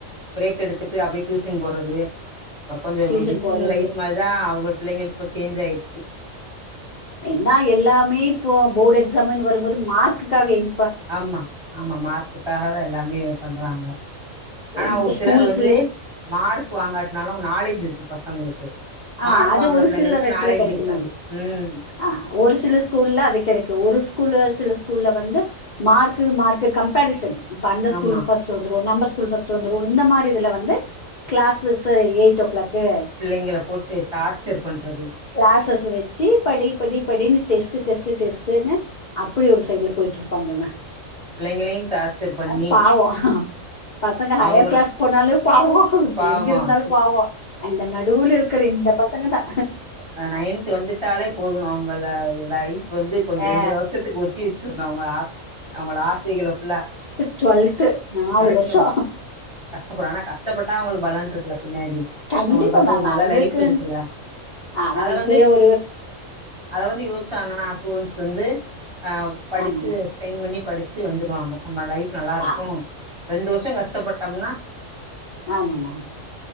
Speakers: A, on the right; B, on the left.
A: பிரேக் எடுத்துட்டு அப்டியே டியூஷன் போறது இப்ப கொஞ்ச
B: டியூஷன்
A: மிஷின்
B: போறது
A: லைஃப் மாரிதா அவுங்களுக் பிள்ளைங்களுக்கு இப்ப சேஞ்ச் ஆயிறுச்சு
B: என்ன எல்லாமே இப்போ போர்டு எக்ஸாமு வரும்போது மார்க்குக்கா வேண்
A: ஆமா ஆமா மார்க்குக்காக தா எல்லாமே பண்றாங்க ஆனா
B: இப்ப
A: ஒரு
B: ஸ்கூல்ஸ்லே
A: சிலர் வந்து மார்க் வாங்காட்னாலு நாலேஜ் இருக்கு பசங்களுக்கு
B: ஆ
A: மார்க்
B: அது
A: வாங்குன
B: ஒரு
A: பிள்ளைங்களுக்கு
B: சிலர் எடத்துல
A: நாலேஜ்
B: கெடைக்கு
A: இருக்காது
B: மேம்
A: ம்
B: ஆ ஒரு சில ஸ்கூல்ல அது கெடைக்கு ஒரு ஸ்கூல்ல சில ஸ்கூல்ல வந்து மார்க்கு மார்க்கு கம்பாரிஷன் இப்ப அந்த ஸ்கூலு
A: ஆமா
B: ஃபஸ்ட் ட்டு வந்துரு நம்ப ஸ்கூல் ஃபஸ்ட்டு வந்துரு இந்த மாரி இதுல வந்து க்ளாசஸ்ஸு எயிட் ஓ க்ளாக்கு
A: புள்ளைங்கள போட்டு டார்ச்சர் பண்றது
B: க்ளாஸஸ் வச்சு படி படி படின்னு டெஸ்ட் டெஸ்ட் டெஸ்ட்டுன்னு அப்டி ஒரு சைட்ல போயிட்ருப்பாங்கங்க
A: பிள்ளைங்களையு டார்ச்சர் பண்ணி
B: அ பாவோ பசங்க ஹையர்
A: அவங்க
B: க்ளாஸ் போனாலு பாவோ
A: பாவோ
B: எங்க இருந்தாலு
A: சிக்ஸ்
B: பாவோ அந்த நடுல இருக்குற இந்த பசங்க தா
A: ஆ நைன்த் வந்துட்டாலே போது அவுங்கள லைஃப் இப்ப வந்து கொஞ்ச
B: ஆ,
A: ரெண்டுற வருஷத்துக்கு ஒத்தி வச்சிர்னு அவுங்க ஆஸ் அவுங்களோட ஆசைகல ஃபுல்லா
B: டுவல்த்து நாலு
A: வரைக்கு
B: வர்ஷோ
A: கஷ்டப்படு ஆனா கஷ்டப்பட்டா அவுங்களுக்கு பலன் இருக்குல பின்னாடி
B: கண்டிப்பா
A: அவுங்களுக்கு வந்து
B: மேம்
A: நல்ல
B: அவங்களுக்கு
A: லைஃப் இருக்குல்ல
B: அவங்களுக்கு
A: அத வந்து
B: ஒரு
A: அத வந்து யோசிச்சாங்கன்னா ஸ்டூடன்ஸ் வந்து ஆ படிச்சு
B: ஆமாமா
A: ஸ்ரெயின் பண்ணி படிச்சு வந்துருவாங்க நம்ம லைஃப் நல்லா இருக்கு
B: ஆ,
A: ரெண்டு வர்ஷோ கஷ்டப் பட்டம்னா
B: ஆமா மேம்